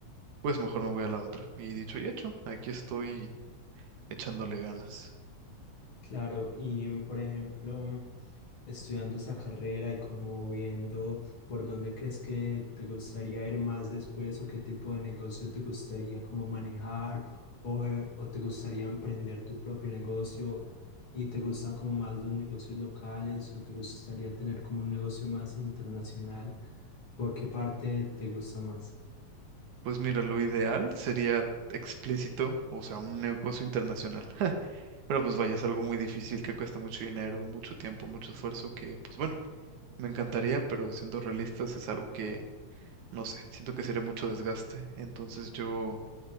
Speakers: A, on the right; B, on the left.
A: pues mejor me voy a la otra. Y dicho y hecho, aquí estoy echándole ganas.
B: claro. Y por ejemplo... estudiando esa carrera y como viendo por dónde crees que te gustaría ir más después o qué tipo de negocio te gustaría como manejar o, eh, o te gustaría emprender tu propio negocio y te gustan como más los negocios locales o te gustaría tener como un negocio más internacional? ¿Por qué parte te gusta más?
A: Pues mira, lo ideal sería explícito, o sea, un negocio internacional. <laughs> Pero pues vaya, es algo muy difícil que cuesta mucho dinero, mucho tiempo, mucho esfuerzo, que pues bueno, me encantaría, pero siendo realistas es algo que, no sé, siento que sería mucho desgaste. Entonces yo...